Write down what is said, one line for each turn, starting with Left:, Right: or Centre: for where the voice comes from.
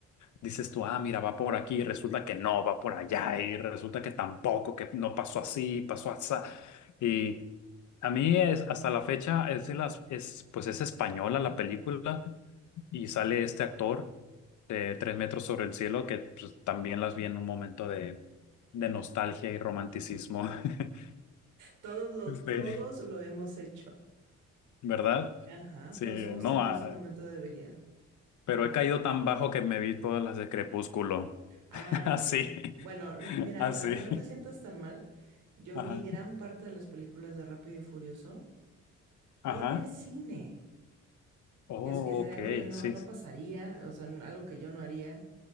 Left: dices tú, ah, mira, va por aquí, y resulta que no, va por allá, y resulta que tampoco, que no pasó así, pasó así. Y a mí es, hasta la fecha es de las, es, pues es española la película y sale este actor de Tres metros sobre el cielo que pues, también las vi en un momento de, de nostalgia y romanticismo. <laughs>
Right: todos lo,
Left: Sí,
Right: todos lo hemos hecho.
Left: ¿verdad?
Right: Ajá,
Left: Sí,
Right: todos hemos
Left: no,
Right: tenido
Left: ah,
Right: ese momento de debilidad.
Left: pero he caído tan bajo que me vi todas las de Crepúsculo.
Right: Ah,
Left: <laughs> Así,
Right: no. no. no. Bueno, no- mira,
Left: así.
Right: para que no te sientas tan mal, yo
Left: Ajá.
Right: vi gran parte de las películas de Rápido y Furioso
Left: Ajá.
Right: en el cine,
Left: Oh,
Right: que, es, que sería
Left: ok,
Right: algo que no,
Left: sí.
Right: no
Left: sí.
Right: pasaría, o sea, algo que yo no haría.